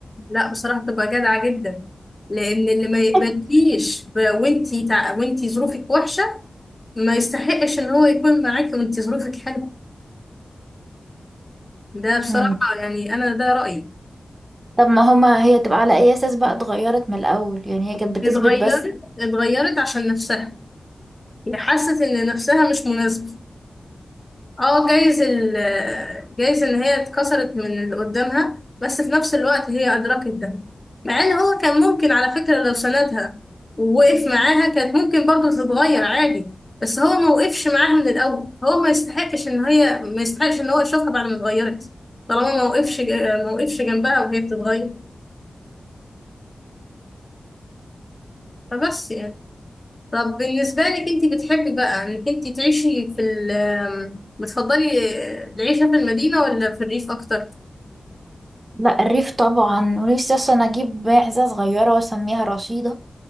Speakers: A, on the left; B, on the right.
A: لا بصراحة بتبقى جادعة جدا لأن اللي ما يقبلكيش
B: <laughs>
A: ب- وانتي تع... وانتي ظروفك وحشة ما يستحقش ان هو يكون معاكي وانت ظروفك حلوه ده بصراحه
B: مم.
A: يعني انا ده رايي
B: طب ما هما هي تبقى على اي اساس بقى اتغيرت من الاول يعني هي كانت بتثبت
A: اتغيرت
B: بس
A: اتغيرت عشان نفسها هي حست ان نفسها مش مناسبه اه جايز ال جايز ان هي اتكسرت من اللي قدامها بس في نفس الوقت هي ادركت ده مع ان هو كان ممكن على فكرة لو سندها ووقف معاها كانت ممكن برضه تتغير عادي بس هو ما وقفش معاها من الاول هو ما يستحقش ان هي ما يستحقش ان هو يشوفها بعد ما اتغيرت طالما ما وقفش ما وقفش جنبها وهي بتتغير فبس يعني طب بالنسبة لك انت بتحبي بقى انك انت تعيشي في ال بتفضلي العيشة في المدينة ولا في الريف اكتر
B: لا الريف طبعا ونفسي اصلا اجيب معزة صغيرة واسميها رشيدة